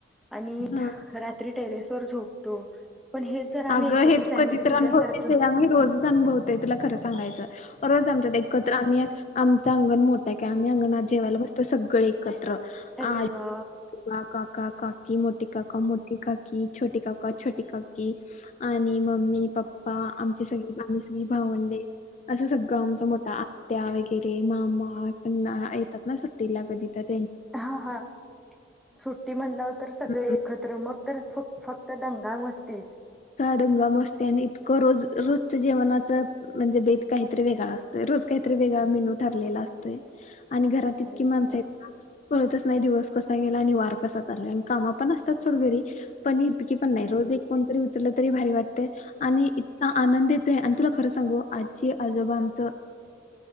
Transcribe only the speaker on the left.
हा.
अगं
हे तू
कधीतर
अनुभवतीस ते आम्ही रोजच अनुभवतोय तुला खरं सांगायचंय. रोज आमच्या एकत्र आम्ही अंगण मोठा आहे क आम्ही अंगणात जेवायला बसतो, सगळे एकत्र. आज
आजोबा, काका काकी, मोठी काका मोठी काकी, छोटे काका छोटी काकी. आणि मम्मी पप्पा आमची सगळी आम् सगळी भावंडे असं सगळं आमचा मोठा आत्या वग रे मामा पण येतात ना सुट्टीला कधी तरी
हम्म.
दंगा मस्त्याने रज रोज जेवणाच म्हणजे बेत काहीतरी वेगळा असतोय रोज काहीतरी वेगळा मेनू ठरलेला असतोय. आणि घरात
इतकी माणसं
आहेत कळतच नाही दिवस कस आणि वार कसा चाल आणि काम पण असतातोड घरी पण इतकी पण नाही रोज एक कोणतरी उलं तरी भारी वाटते आणि इतका आनंद येतोय आणि तुला खरं सांगू आजोबा आमच